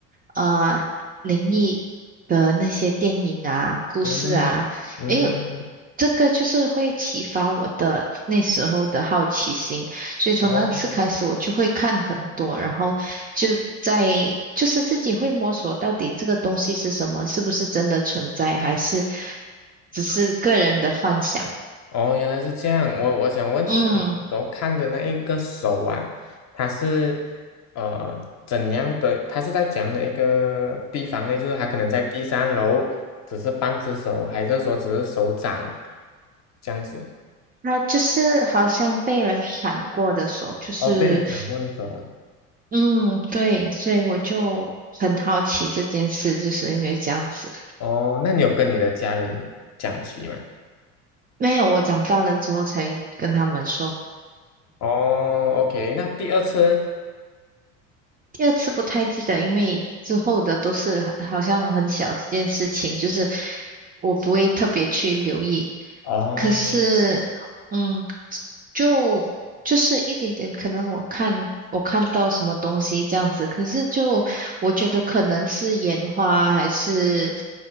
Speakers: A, on the right; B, on the left.
A: 呃灵异的那些电影啊、故事啊，
B: 嗯嗯，
A: 因为这个就是会启发我的那时候的好奇心，所以从那次开始我就会看很多，
B: 哦
A: 然后就在就是自己会摸索到底这个东西是什么，是不是真的存在，还是只是个人的幻想。
B: 哦，原来是这样。我我想问，就是你都看的那一个手啊，
A: 嗯，
B: 它是呃怎样的？它是在怎样的一个地方呢？就是它可能在地上，然后只是半只手，还是说只是手掌这样子？
A: 那就是好像被人砍过的手，就是。
B: 哦，被人砍过的手啊。
A: 嗯，对，所以我就很好奇这件事，就是因为这样子。
B: 哦，那你有跟你的家人讲起吗？
A: 没有，我长大了之后才跟他们说。
B: 哦，OK，那第二次呢
A: 第二次不太记得，因为之后的都是好好像很小这件事情，就是我不会特别去留意。
B: 哦，
A: 可是，嗯，就就是一点点，可能我看我看到什么东西这样子，可是就我觉得可能是眼花，还是